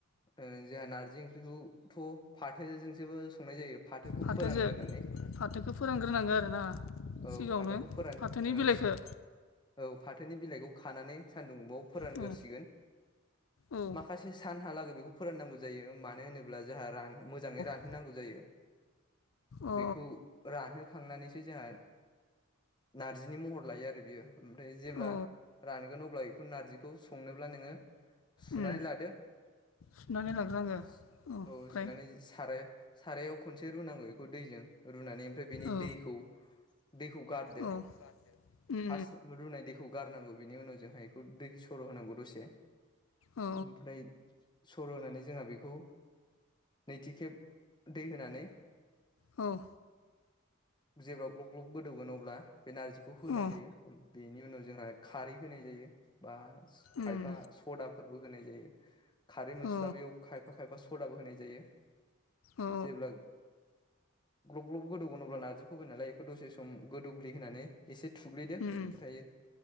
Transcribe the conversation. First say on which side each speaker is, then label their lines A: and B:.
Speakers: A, on the left; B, on the left.
A: ओ जोंहा नारजि ओंख्रिखौथ' फाथोजोंसोबो संनाय जायो फाथोखौ
B: फाथोजो
A: फोरानग्रोनानै
B: फाथोखौ फोरानग्रोनांगो आरोना
A: औ
B: सिगाङावनो
A: फाथोखौ फोरान
B: फाथोनि
A: ओं
B: बिलाइखो
A: औ फाथोनि बिलाइखौ खानानै सान्दुंबाव फोरानगोरसिगोन
B: औ औ
A: माखा खासे सानहालागै बेखौ फोराननांगौ जायो मानो होनोब्ला जाहा रान मोजाङै रानहोनांगौ
B: औ
A: जायो
B: अ
A: बिखौ रानहोखांनानैसो जाहा नारजिनि महर लायो आरो बियो ओमफ्राय जेब्ला
B: अ
A: रानगोन अब्ला बेखौ नारजिखौ संनोब्ला नोङो सुनानै
B: उम
A: लादो
B: सुनानै लाग्रोनांगौ
A: अ
B: औ ओमफ्राय
A: सुनानै साराय सारायाव खनसे रुनांगौ बेखौ दैजों रुनानै ओमफ्राय बेनि
B: औ
A: दैखौ दैखौ गारदो
B: औ उम
A: फास रुनाय दैखौ गारनांगौ बिनि उनाव जोहा इखौ दैखो सर' होनांगौ दसे
B: उम औ
A: ओमफ्राय सर' होनानै जोंहा बेखौ नैथि खेब दै होनानै
B: औ
A: जेब्ला ग्लब ग्लब गोदौगोन अब्ला बे नारजिखौ होनाय
B: अ
A: जायो बेनि उनाव जोंहा खारै होनाय जायो बा
B: उम
A: खायफा सदाफोरबो होनाय जायो खारै मोनस्लाबोयाव
B: औ
A: खायफा खायफा सदाबो होनाय जायो
B: औ
A: जेब्ला ग्लब ग्लब गोदौगोनोबब्ला नारजिखौ होबाय नालाय बेखौ दसे सम गोदौग्लि होनानै एसे थुग्लिदो
B: उम
A: ओमफ्रायो
B: अ